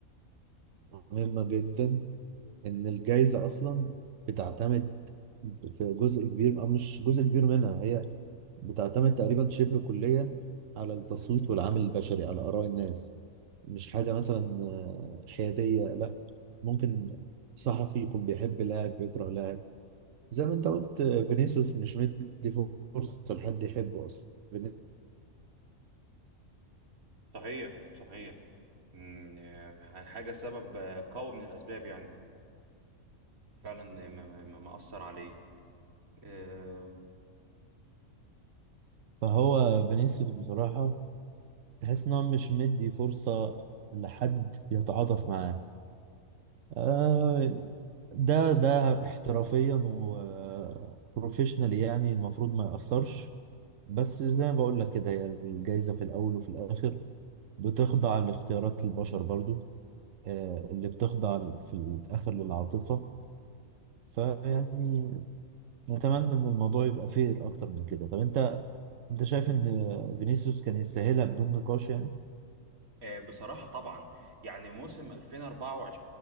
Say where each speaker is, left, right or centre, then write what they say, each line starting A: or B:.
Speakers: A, on the right (about 70°); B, on the right (about 85°).
A: مهمة جدا ان الجايزة اصلا بتعتمد في جزء كبير أو مش جزء كبير منها هي بتعتمد تقريبا شبه كليا على التصويت والعامل البشري على آراء الناس مش حاجة مثلا آه، حيادية لا ممكن صحفي يكون بيحب لاعب بيكره لاعب زي ما انت قلت آه، فينيسيوس مش مدي فرصة لحد يحبه أصلا فيني-
B: صحيح صحيح أمم، آه، حاجة سبب آه، قوي من الأسباب يعني فعلا آه، م- م- مأثر عليه آه،
A: فهو فينيسيوس بصراحة تحس إن هو مش مدي فرصة لحد يتعاطف معاه آه، ده ده احترافيا وبروفيشنال يعني المفروض ما يأثرش بس زي ما بقول لك كده هي الجايزة في الأول وفي الآخر بتخضع لاختيارات البشر برضو آه، اللي بتخضع في الآخر للعاطفة فيعني نتمنى إن الموضوع يبقى فير أكتر من كده طب أنت أنت شايف إن فينيسيوس كان يستاهلها بدون نقاش يعني؟
B: آه، بصراحة طبعا يعني موسم 2024